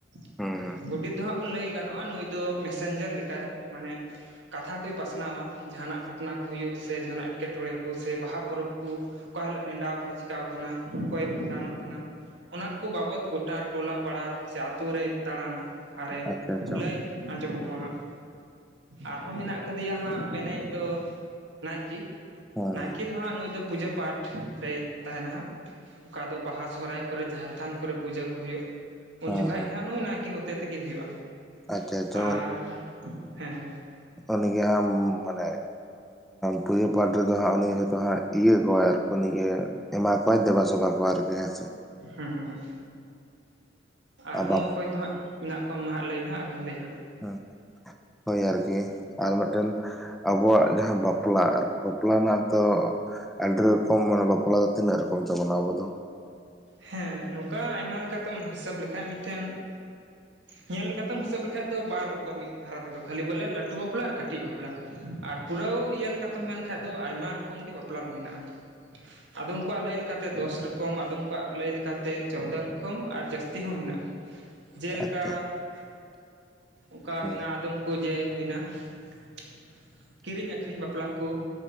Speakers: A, on the right (about 75°); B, in the centre.
A: ᱼᱼ
B: ᱦᱩᱸ ᱦᱩᱸ
A: ᱜᱩᱰᱤᱛ ᱫᱚᱦᱟᱸᱜ ᱵᱚᱱ ᱞᱟᱹᱭ ᱜᱟᱱᱚᱜᱼᱟ ᱱᱩᱭ ᱫᱚ ᱢᱮᱥᱮᱧᱡᱟᱨ ᱞᱮᱠᱟᱭ ᱢᱟᱱᱮ ᱼᱼ ᱠᱟᱛᱷᱟ ᱠᱚᱭ ᱯᱟᱥᱱᱟᱣᱟ, ᱡᱟᱦᱟᱱᱟᱜ ᱜᱷᱚᱴᱚᱱᱟ ᱠᱚ ᱦᱩᱭᱩᱜ ᱥᱮ ᱡᱟᱦᱟᱱᱟᱜ ᱮᱸᱴᱠᱮᱴᱚᱬᱮ ᱠᱚ ᱥᱮ ᱵᱟᱦᱟ ᱯᱚᱨᱚᱵᱽ ᱠᱚ, ᱼᱼ ᱚᱠᱟ ᱦᱤᱞᱳᱜ ᱱᱮᱰᱟᱣ ᱠᱟᱱᱟ ᱪᱤᱠᱟᱣ ᱠᱟᱱᱟ ᱚᱠᱚᱭᱮ ᱵᱷᱟᱸᱰᱟᱱᱚᱜ ᱠᱟᱱᱟ ᱾ ᱚᱱᱟ ᱠᱚ ᱵᱟᱵᱚᱛ ᱜᱚᱴᱟ ᱴᱚᱞᱟ ᱯᱟᱲᱟ ᱥᱮ ᱟᱛᱳ ᱨᱮ ᱫᱟᱬᱟᱱᱟ, ᱟᱨᱮ
B: ᱟᱪᱪᱷᱟ
A: ᱼᱼ
B: ᱟᱪᱪᱷᱟ
A: ᱞᱟᱹᱭ ᱟᱸᱡᱚᱢ ᱟᱠᱚᱣᱟ ᱦᱟᱸᱜ ᱟᱨᱦᱚᱸ ᱢᱮᱱᱟᱜ ᱠᱟᱫᱮᱭᱟ ᱦᱟᱸᱜ ᱵᱮᱱᱮᱡ ᱫᱚ ᱼᱼ ᱱᱟᱭᱠᱤ,
B: ᱦᱩᱸ ᱦᱩᱸ
A: ᱱᱟᱭᱠᱤ ᱫᱚ ᱦᱟᱸᱜ ᱱᱩᱭ ᱫᱚ ᱯᱩᱡᱟᱹ ᱯᱟᱴ ᱨᱮᱭ ᱛᱟᱦᱮᱱᱟ ᱦᱟᱸᱜ ᱾ ᱚᱠᱟ ᱫᱚ ᱵᱟᱦᱟ ᱥᱚᱦᱨᱟᱭ ᱠᱚᱨᱮ ᱡᱟᱦᱮᱨ ᱛᱷᱟᱱ ᱠᱚᱨᱮ ᱯᱩᱡᱟᱹ ᱠᱚ ᱦᱩᱭᱩᱜ ᱼᱼ ᱩᱱ
B: ᱦᱩᱸ
A: ᱡᱚᱠᱷᱮᱡ
B: ᱦᱩᱸ
A: ᱜᱮ ᱦᱟᱸᱜ ᱱᱩᱭ ᱱᱟᱭᱠᱮ ᱦᱚᱛᱮ ᱛᱮᱜᱮ ᱦᱩᱭᱩᱜᱼᱟ,
B: ᱟᱪᱪᱷᱟ ᱟᱪᱪᱷᱟ
A: ᱟᱨ ᱦᱮᱸ ᱦᱮᱸ ᱼᱼ
B: ᱩᱱᱤ ᱜᱮ ᱦᱟᱸᱜ ᱢᱟᱱᱮ ᱯᱩᱡᱟᱹ ᱯᱟᱴ ᱨᱮᱫᱚ ᱦᱟᱸᱜ ᱩᱱᱤ ᱼᱼ ᱛᱚ ᱦᱟᱸᱜ ᱤᱭᱟᱹ ᱠᱚᱣᱟᱭ ᱟᱨ ᱠᱚᱱᱤᱜᱮ ᱮᱢᱟ ᱠᱚᱣᱟᱭ ᱫᱮᱵᱟ ᱥᱮᱵᱟ ᱠᱚᱣᱟ ᱟᱨᱠᱤ ᱦᱮᱸ ᱥᱮ?
A: ᱦᱩᱸ ᱦᱩᱸ ᱦᱩᱜ ᱟᱨᱦᱚᱸ
B: ᱟᱨ ᱵᱟᱯ
A: ᱚᱠᱚᱭ ᱠᱚ ᱦᱟᱸᱜ ᱢᱮᱱᱟᱜ ᱠᱚᱣᱟ ᱢᱟ ᱦᱟᱸᱜ ᱞᱟᱹᱭ ᱢᱮ ᱦᱟᱸᱜ ᱟᱨᱦᱚᱸᱧ ᱞᱟᱹᱭᱟ ᱦᱟᱸᱜ ᱾
B: ᱦᱩᱸ ᱦᱳᱭ ᱟᱨᱠᱤ ᱟᱨ ᱢᱤᱫᱴᱮᱱ ᱼᱼ ᱟᱵᱚᱣᱟᱜ ᱡᱟᱦᱟᱸ ᱵᱟᱯᱞᱟ ᱟᱨᱠᱤ ᱵᱟᱯᱞᱟ ᱨᱮᱱᱟᱜ ᱫᱚ ᱼᱼ ᱟᱹᱰᱤ ᱨᱚᱠᱚᱢ ᱢᱟᱱᱮ ᱵᱟᱯᱞᱟ ᱫᱚ ᱛᱤᱱᱟᱹᱜ ᱨᱚᱠᱚᱢ ᱛᱟᱵᱚᱱᱟ ᱟᱵᱚ ᱫᱚ?
A: ᱦᱮᱸ ᱱᱚᱝᱠᱟ ᱟᱭᱢᱟ ᱞᱮᱠᱟᱛᱮᱢ ᱦᱤᱥᱟᱹᱵ ᱞᱮᱠᱷᱟᱡ ᱢᱤᱫᱴᱮᱱ ᱼᱼ
B: <inaudible>
A: ᱧᱮᱞ ᱠᱟᱛᱮᱢ ᱦᱤᱥᱟᱹᱵ ᱞᱮᱠᱷᱟᱡ ᱫᱚ ᱵᱟᱨ ᱨᱚᱠᱚᱢ ᱢᱤᱫ ᱫᱷᱟᱨᱟ ᱛᱮᱫᱚ ᱠᱷᱟᱹᱞᱤ ᱵᱚᱞᱮ ᱞᱟᱹᱴᱩ ᱵᱟᱯᱞᱟ ᱟᱨ ᱠᱟᱹᱴᱤᱡ ᱵᱟᱯᱞᱟ, ᱟᱨ ᱼᱼ ᱯᱩᱨᱟᱹᱣ ᱤᱭᱟᱹ ᱞᱮᱠᱟᱛᱮᱢ ᱢᱮᱱᱠᱷᱟᱱ ᱫᱚ ᱟᱭᱢᱟ ᱨᱚᱠᱚᱢ ᱜᱮ ᱵᱟᱯᱞᱟ ᱫᱚ ᱢᱮᱱᱟᱜᱼᱟ ᱾ ᱟᱫᱚ ᱩᱱᱠᱚᱣᱟᱜ ᱞᱟᱹᱭ ᱞᱮᱠᱟᱛᱮ ᱫᱚᱥᱨᱟ ᱼᱼ ᱠᱚᱢ ᱟᱫᱚᱢ ᱠᱚᱣᱟᱜ ᱞᱟᱹᱭ ᱞᱮᱠᱟᱛᱮ ᱪᱳᱣᱫᱟ ᱨᱚᱠᱚᱢ ᱟᱨ ᱡᱟᱹᱥᱛᱤ ᱦᱚᱸ ᱢᱮᱱᱟᱜᱼᱟ, ᱡᱮᱞᱮᱠᱟ
B: ᱟᱪᱪᱷᱟ
A: ᱼᱼ ᱚᱠᱟ
B: ᱦᱩᱸ
A: ᱢᱮᱱᱟᱜᱼᱟ ᱟᱫᱚᱢ ᱠᱚ ᱡᱮ ᱦᱩᱭᱱᱟ ᱼᱼ ᱠᱤᱨᱤᱧ ᱟᱹᱠᱷᱨᱤᱧ ᱵᱟᱯᱞᱟ ᱠᱚ ᱾